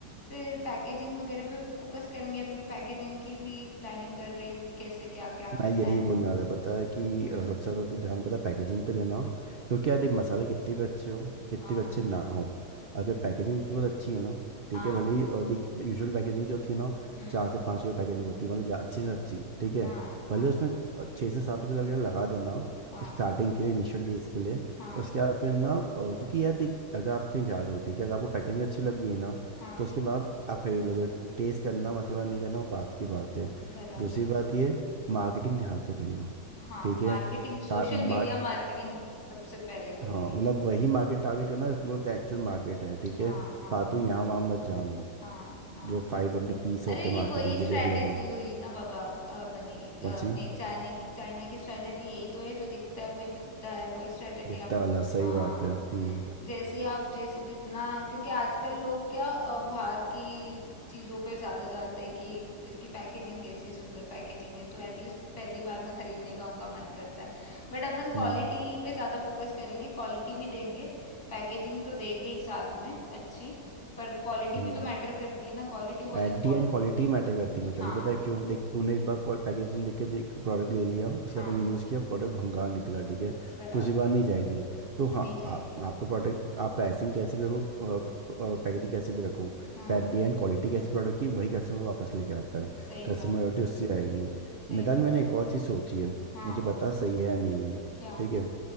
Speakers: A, on the left; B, on the right.
A: फिर पैकेजिंग वगैरह पे फोकस करेंगे अभी मैं पैकेजिंग की भी प्लानिंग कर रही हूँ कि कैसे क्या क्या करना
B: मैं यही
A: है
B: बोलने वाला था, पता है कि
A: हम्म
B: अ, सबसे ज़्यादा तो ध्यान पता है पैकेजिंग पे देना हो क्योंकि यार देख मसाले कितने भी अच्छे हो कितने
A: हाँ
B: भी अच्छे ना हो अगर पैकेजिंग उनकी बहुत अच्छी है ना ठीक
A: हाँ
B: है भले ही अ, देख यूजुअल पैकेजिंग जो होती है ना
A: हम्म
B: चार से पाँच रुपये पैकेजिंग होती है मतलब जा- अच्छी से अच्छी ठीक है
A: हाँ हाँ
B: भले उसमें अ, छः से सात रुपये लगे लगा देना
A: हाँ
B: स्टार्टिंग के लिए इनिशियल डेज के लिए
A: हाँ
B: उसके बाद फिर ना अ, क्योंकि यार देख अगर आप कहीं जा रहे हो ठीक है अगर आपको पैकेजिंग अच्छी लग गई ना
A: हाँ
B: तो उसके बाद आप खरीद लोगे टेस्ट करना मसाला नहीं करना वो बात की बात है
A: बराबर
B: दूसरी
A: है
B: बात ये मार्केटिंग ध्यान से करना
A: हाँ
B: ठीक
A: मार्केटिंग
B: है
A: सोशल
B: ता, मा,
A: मीडिया मार्केटिंग सबसे पहले करूँगी
B: हाँ मतलब वही मार्केट टारगेट करना जो तो एक्चुअल मार्केट है ठीक
A: हाँ
B: है
A: हाँ
B: फालतू यहाँ वहाँ मत जाना
A: हाँ हाँ
B: जो फाइव अपने पीस
A: अरे
B: होते
A: ये
B: हैं मार्केटिंग
A: वही स्ट्रैटेजी
B: के देख लेना
A: हुई ना बाबा अ, बनी अ,
B: कौन
A: अपनी
B: सी
A: चाइना की चाइना की स्ट्रैटेजी यही तो है जो दिखता है वही बिकता है वही स्ट्रैटेजी
B: बिकता
A: आप
B: वाला सही
A: हाँ
B: बात है हम्म
A: जैसे आप जैसे जितना क्योंकि आजकल लोग क्या अ, बाहर की चीज़ों पे ज़्यादा जाते हैं कि इसकी पैकेजिंग कैसी सुंदर पैकेजिंग है तो एटलीस्ट पहली बार में खरीदने का उनका मन करता है बट अपन क्वालिटी
B: हम्म
A: पे ज़्यादा फोकस करेंगे क्वालिटी भी देंगे पैकेजिंग तो देंगे ही साथ में अच्छी पर क्वालिटी
B: हम्म
A: भी तो मैटर करती है ना क्वालिटी बहुत
B: At
A: इम्पोर्टेंट
B: the end quality
A: है
B: matter करती है मिताली
A: हाँ
B: पता है क्यों देख तूने एक बार पैकेजिंग देख के देख प्रोडक्ट ले लिया उसके
A: हाँ
B: बाद तूने यूज़ किया प्रोडक्ट भंगार निकला ठीक है
A: बराबर
B: दूसरी बार
A: है
B: नहीं जाएगी तो हाँ
A: नहीं जाएगी
B: आप आपका प्रोडक्ट आप प्राइसिंग कैसे भी रखो पैकेजिंग कैसे भी रखो
A: हाँ
B: एट दी एंड क्वालिटी कैसी प्रोडक्ट की वही कस्टमर वापस लेके आता है
A: सही
B: कस्टमर
A: बात है
B: उससे आएगी
A: सही
B: मिताली
A: बात
B: मैंने
A: है
B: एक और चीज़ सोची है
A: हाँ
B: मुझे पता सही है या नहीं है
A: क्या
B: ठीक है